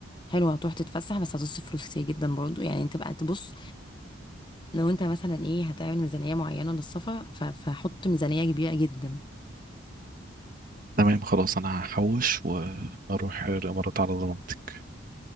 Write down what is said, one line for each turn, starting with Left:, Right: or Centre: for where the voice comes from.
Left: حلوة هتروح تتفسح بس هتصرف فلوس كتير جدا برضو يعني انت بقى تبص لو انت مثلا ايه هتعمل ميزانية معينة للسفر ف- فحط ميزانية كبيرة جدا
Right: تمام خلاص انا هحوش واروح الامارات على ضمانتك